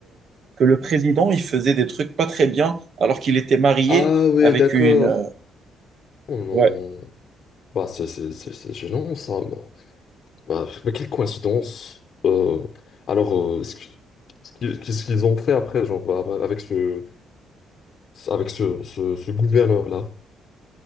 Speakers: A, on the right; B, on the left.
A: que le président, il faisait des trucs pas très bien alors qu'il était marié
B: ah oui,
A: avec
B: d'accord.
A: une... euh,
B: Oh non.
A: ouais.
B: Bah, c'est c'est- c'est- c'est gênant ça. Bah, Bah, mais quelle coïncidence. Euh, alors, euh, est-ce que- qu'est-ce qu'ils qu'est-ce qu'ils ont fait après, genre, bah, bah, avec ce, avec ce, ce, ce gouverneur-là?